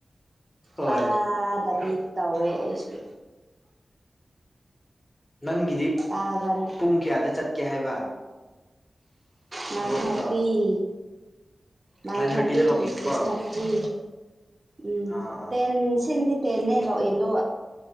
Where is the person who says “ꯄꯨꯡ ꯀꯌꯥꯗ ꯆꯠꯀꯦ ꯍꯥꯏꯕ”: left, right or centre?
Left